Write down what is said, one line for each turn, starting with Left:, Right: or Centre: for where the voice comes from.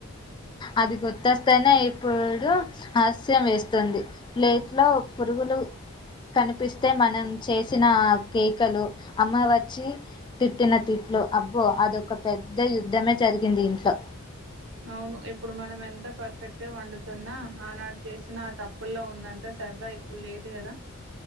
Left: అది గుర్తొస్తేనే ఇప్పుడు హలస్యం వేస్తుంది ప్లేట్లో పురుగులు కనిపిస్తే మనం చేసిన కేకలు అమ్మ వచ్చి తిట్టిన తిట్లు అబ్బో అదక పెద్ద యుద్ధమే జరిగింది ఇంట్లో
Right: అవును ఇప్పుడు మనం ఎంత పర్ఫెక్ట్ గా వండుతున్నా ఆనాడు చేసినా ఆ తప్పుల్లో ఉన్నంత సరదా ఇప్పుడు లేదు కదా